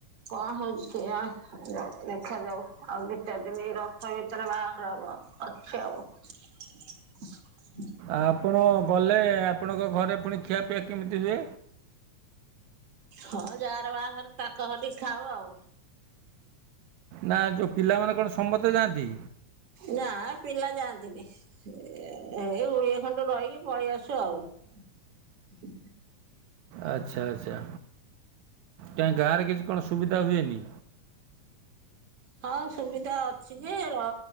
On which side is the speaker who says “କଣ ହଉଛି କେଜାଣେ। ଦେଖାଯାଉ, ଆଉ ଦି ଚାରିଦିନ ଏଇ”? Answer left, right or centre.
Right